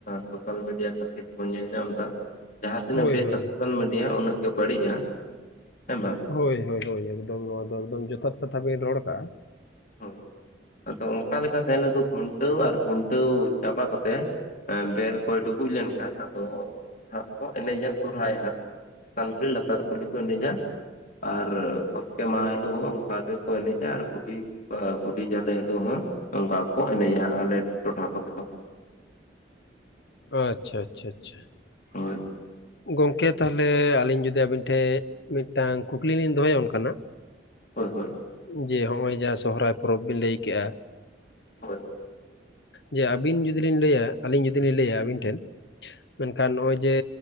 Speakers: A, on the left (about 45°); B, on the left (about 65°).
A: ᱥᱳᱥᱟᱞ ᱢᱤᱰᱤᱭᱟ ᱠᱷᱟᱹᱛᱤᱨ ᱵᱚᱱ ᱧᱮᱞ ᱧᱟᱢ ᱮᱫᱟ ᱡᱟᱦᱟᱸ ᱛᱤᱱᱟᱹᱜ
B: ᱦᱳᱭ
A: ᱵᱮᱥᱟ
B: ᱦᱳᱭ
A: ᱥᱳᱥᱟᱞ ᱢᱤᱰᱤᱭᱟ ᱩᱱᱟᱹᱜ ᱜᱮ ᱵᱟᱹᱲᱤᱡᱼᱟ ᱦᱮᱸ ᱵᱟᱝ
B: ᱦᱳᱭ ᱦᱳᱭ ᱦᱳᱭ ᱮᱠᱫᱚᱢ ᱱᱚᱣᱟ ᱫᱚ ᱮᱠᱫᱚᱢ ᱡᱚᱛᱷᱟᱛ ᱠᱟᱛᱷᱟ ᱵᱤᱱ ᱨᱚᱲ ᱟᱠᱟᱜᱼᱟ
A: ᱦᱳᱭ ᱟᱫᱚ ᱚᱱᱠᱟ ᱞᱮᱠᱟ ᱛᱮ ᱟᱞᱮ ᱫᱚ ᱠᱷᱩᱱ ᱴᱟᱹᱣ ᱟᱨ ᱠᱷᱩᱱᱴᱟᱹᱣ ᱪᱟᱵᱟ ᱠᱟᱛᱮ ᱵᱮᱨ ᱠᱚᱭ ᱰᱩᱵᱩᱡ ᱞᱮᱱᱠᱷᱟᱱ ᱟᱫᱚ ᱦᱟᱸᱜ ᱠᱚ ᱮᱱᱮᱡᱟ ᱥᱚᱨᱦᱟᱭ ᱦᱟᱸᱜ ᱪᱮᱛᱟᱱ ᱠᱩᱞᱦᱤ ᱞᱟᱛᱟᱨ ᱠᱩᱞᱦᱤ ᱠᱚ ᱮᱱᱮᱡᱟ ᱟᱨ ᱵᱟᱥᱠᱮ ᱢᱟᱦᱟ ᱦᱤᱞᱳᱜ ᱦᱚᱸ ᱚᱱᱠᱟ ᱜᱮ ᱠᱚ ᱮᱱᱮᱡᱟ ᱟᱨ ᱵᱩᱰᱷᱤ ᱯᱩᱴᱷᱤ ᱡᱟᱞᱮ ᱦᱤᱞᱳᱜ ᱦᱚᱸ ᱚᱱᱠᱟ ᱠᱚ ᱮᱱᱮᱡᱟ ᱦᱟᱸᱜ ᱟᱞᱮ ᱴᱚᱴᱷᱟ ᱠᱚᱨᱮ ᱫᱚ
B: ᱟᱪᱷᱟ ᱟᱪᱷᱟ ᱟᱪᱷᱟ ᱾
A: ᱦᱳᱭ ᱾
B: ᱜᱚᱝᱠᱮ ᱛᱟᱦᱚᱞᱮ ᱟᱹᱞᱤᱧ ᱡᱩᱫᱤ ᱟᱹᱵᱤᱱ ᱴᱷᱮᱱ ᱢᱤᱫᱴᱟᱝ ᱠᱩᱠᱞᱤ ᱞᱤᱧ ᱫᱚᱦᱚᱭᱟ ᱚᱱᱠᱟᱱᱟᱜ
A: ᱦᱳᱭ ᱦᱳᱭ
B: ᱡᱮ ᱦᱚᱜᱼᱚᱭ ᱡᱟᱦᱟ ᱥᱚᱦᱨᱟᱭ ᱯᱚᱨᱚᱵᱽ ᱵᱤᱱ ᱞᱟᱹᱭ ᱠᱮᱜᱼᱟ
A: ᱦᱳᱭ
B: ᱡᱮ ᱟᱹᱵᱤᱱ ᱡᱩᱫᱤ ᱞᱤᱧ ᱞᱟᱹᱭᱟ ᱟᱹᱞᱤᱧ ᱡᱩᱫᱤ ᱞᱤᱧ ᱞᱟᱹᱭᱟ ᱟᱹᱵᱤᱱ ᱴᱷᱮᱱ ᱢᱮᱱᱠᱷᱟᱱ ᱱᱚᱜᱼᱚᱭ ᱡᱮ